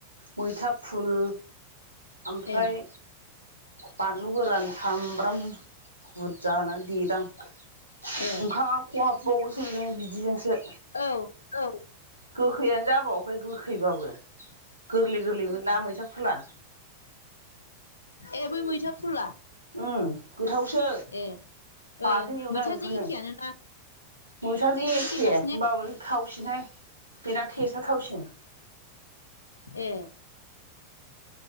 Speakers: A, on the right (about 85°); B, on the left (about 75°).
A: मैथा फुल। ओमफ्राय
B: ए
A: बानलु गोरान सामब्राम। बुरजा होनानै देदां ओंखामा
B: ए
A: खहाबबावोसो बेजों बिदिजोंसो।
B: औ औ।
A: गोखैयानो जाबावाखै गोखैबाबो गोरलै गोरलैमोन ना मैथा फुला।
B: ए बै मैथा फुला।
A: उम गोथावसो
B: ए
A: बाथोन
B: ओं
A: एवदां
B: मैथाजों
A: बेखोनो।
B: एखेयानो ना
A: मैथाजों एखे
B: एखेखासो
A: होनबाबो
B: ने
A: थावसिनहाय बेना थेसा थावसिनो।
B: औ ए।